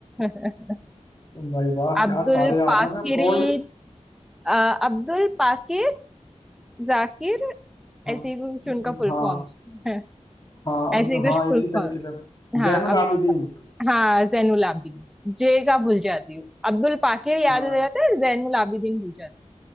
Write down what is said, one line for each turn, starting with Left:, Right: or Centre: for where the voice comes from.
Centre: <laughs>
Left: भाई वाह
Centre: अब्दुल
Left: यार सारे याद
Centre: पाकिरीन
Left: है ना। गोल्ड
Centre: अ, अब्दुल पाकिर जाकिर
Left: हाँ
Centre: ऐसे ही कुछ उनका फुल
Left: हाँ
Centre: फॉर्म है <laughs>
Left: हाँ
Centre: ऐसे ही कुछ
Left: हाँ
Centre: फुल
Left: इसी तरीके
Centre: फॉर्म
Left: से जैनुल
Centre: हाँ अब
Left: आबिदीन
Centre: हाँ जैनुल आबिदीन जे का भूल जाती हूँ अब्दुल पाकिर याद
Left: हाँ
Centre: हो जाता है जैनुल आबिदीन भूल जाता